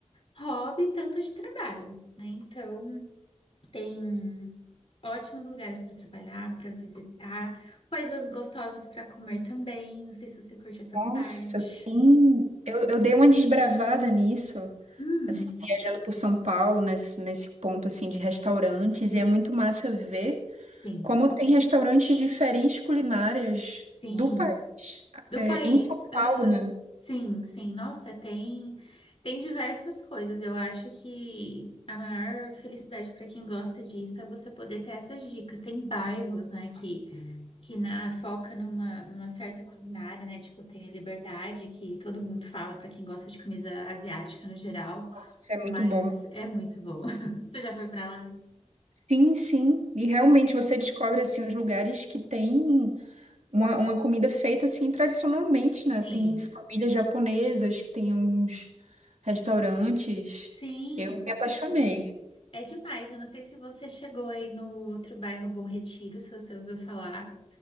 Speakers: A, on the left; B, on the right.
A: hobby, tanto de trabalho, né? Então, tem ótimos lugares para trabalhar, para visitar, coisas gostosas para comer também. Não sei se você curte essa
B: nossa,
A: parte.
B: Sim, eu, eu dei uma desbravada nisso,
A: Hum,
B: assim, viajando por São Paulo, nesse, nesse ponto, assim, de restaurantes, e é muito massa ver
A: sim,
B: como tem restaurantes diferentes culinárias
A: sim,
B: do país.
A: Do país,
B: Em São
A: aham.
B: Paulo, né?
A: Sim, sim. Nossa, tem tem diversas coisas. Eu acho que a maior felicidade para quem gosta disso é você poder ter essas dicas. Tem bairros, né, que que na foca numa numa certa culinária, né? Tipo, tem a Liberdade, que todo mundo fala para quem gosta de comida asiática no geral,
B: Nossa, é muito
A: mas
B: bom.
A: é muito bom. <laughs> Você já foi para lá?
B: Sim, sim. E realmente você descobre assim os lugares que tem uma, uma comida feita assim tradicionalmente, né?
A: Sim.
B: Tem famílias japonesas que tem alguns restaurantes.
A: Sim.
B: Eu me apaixonei.
A: É demais. Eu não sei se você chegou aí no outro bairro Bom Retiro, se você ouviu falar.